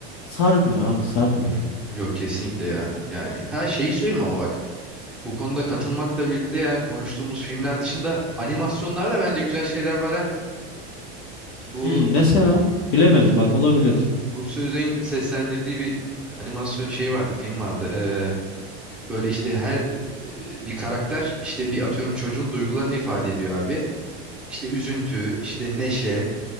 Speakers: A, on the left (about 45°); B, in the centre.
A: Sarmıyor abi sarmıyor.
B: Yok yok kesinlikle ya. Yani her şeyi söyleyeyim ama bak bu konuda katılmakla birlikte yani konuştuğumuz filmler dışında animasyonlarda bence güzel şeyler var ha. Bu
A: Hmm, mesela bilemedim
B: Gup,
A: bak olabilir.
B: Gupse Özay'ın seslendirdiği bir animasyon şey vardı, film vardı. Ee, böyle işte her e, bir karakter işte bir atıyorum çocuğun duygularını ifade ediyor abi. İşte üzüntü, işte neşe,